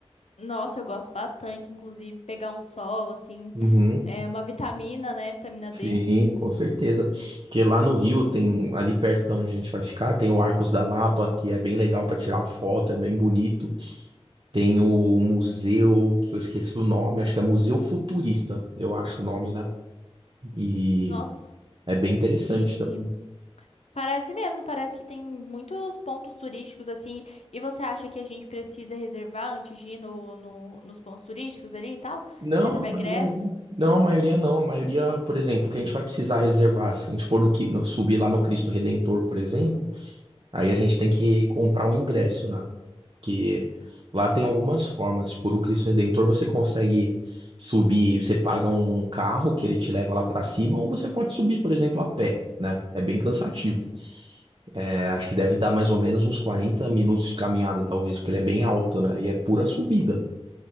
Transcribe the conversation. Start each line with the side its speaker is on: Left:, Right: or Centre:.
Left: Nossa, eu gosto bastante, inclusive, pegar um sol, assim,
Right: Uhum.
Left: é, uma vitamina, né? Vitamina
Right: Sim,
Left: D.
Right: com certeza. Porque lá no Rio tem, ali perto da onde a gente vai ficar, tem o Arcos da Lapa, que é bem legal pra tirar foto, é bem bonito. Tem o museu, que eu esqueci o nome, acho que é Museu Futurista, eu acho o nome, né? E
Left: Nossa,
Right: é bem interessante
Left: e
Right: também.
Left: parece mesmo, parece que tem muitos pontos turísticos, assim, e você acha que a gente precisa reservar antes de ir no, no- nos pontos turísticos ali e tal?
Right: Não,
Left: Reservar
Right: a maioria
Left: ingresso?
Right: não. Não, a maioria não. A maioria, por exemplo, que a gente vai precisar reservar, se a gente for no, qui- no- subir lá no Cristo Redentor, por exemplo, aí a gente tem que comprar o ingresso, né? Que lá tem algumas formas. Tipo, o Cristo Redentor você consegue subir, você paga um carro que ele te leva lá pra cima, ou você pode subir, por exemplo, a pé, né? É bem cansativo. É, acho que deve dar mais ou menos uns 40 minutos de caminhada, talvez, porque ele é bem alto, né? E é pura subida.